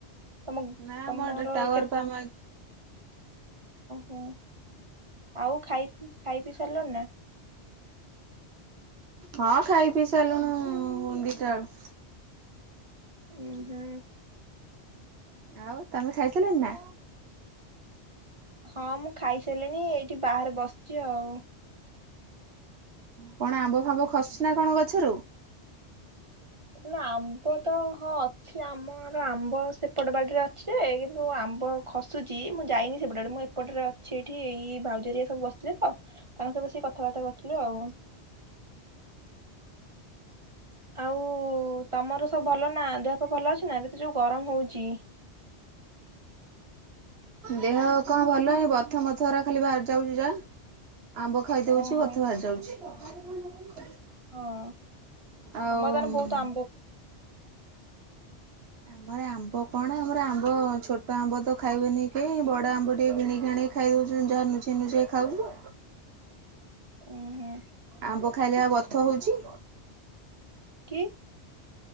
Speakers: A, on the right; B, on the right.
A: ତମ
B: ନା
A: ତମର
B: ମୋଟେ ଟୱର
A: କେ
B: ପା ମା
A: ହଁ ଆଉ ଖାଇ ଖାଇ ପିଇ ସାରିଲ ନା।
B: ହଁ ଖାଇ ପିଇ ସାରିଲୁଣି ଦିଟାବେଳୁ।
A: ଉ ହୁଁ।
B: ଆଉ ତମେ ଖାଇସାରିଲଣି ନା।
A: ହଁ ମୁଁ ଖାଇ ହେଲେଣି ଏଇଠି ବାହାରେ ବସିଛି ଆଉ।
B: କଣ ଆମ୍ବ ଫାମ୍ବ ଖସୁଛି ନା କଣ ଗଛରୁ।
A: ନା ଆମ୍ବ ତ ହଁ ଅଛି ଆମର ଆମ୍ବ ସେପଟ ବାଡ଼ିରେ ଅଛିଯେ କିନ୍ତୁ ଆମ୍ବ ଖସୁଚି ମୁଁ ଯାଇନି ସେପଟ ଆଡେ ମୁଁ ଏପଟରେ ଅଛି ଏଇଠି ଏଇ ଭାଉଜରିଆ ସବୁ ବସିଥିଲେ ତ ତାଙ୍କ ସ ବସିକି କଥାବାର୍ତ୍ତା କରୁଥୁଲୁ ଆଉ। ଆଉ ତମର ସବୁ ଭଲ ନା ଦେହପା ଭଲ ଅଛି ନା ଏବେ ତ ଯୋଉ ଗରମ ହଉଚି।
B: ଦେହ କଣ ଭଲ ବଥ ମଥରା ଖାଲି ଭାହାରି ଯାଉଚି ଯା। ଆମ୍ବ ଖାଇଦଉଚି
A: ଓହୋ
B: ବଥ ବାହାରି ଯାଉଛି। <unintelligible>
A: ହଁ ତମର
B: ଆଉ
A: ତାହେନେ ବହୁତ ଆମ୍ବ।
B: ଆମର ଆମ୍ବ କଣ ଆମର ଆମ୍ବ ଛୋଟ ଆମ୍ବ ତ ଖାଇବେନି କେହି ବଡ ଆମ୍ବ ଟିକେ କିଣି ଆଣିକି ଖାଇ ଦଉଛନ୍ତି ଯାହା ନୁଚେଇ ନୁଚାଇକି ଖାଉଚୁ।
A: ଉଁ ହୁଁ
B: ଆମ୍ବ ଖାଇଲେ ପା ବଥ ହଉଚି।
A: କି?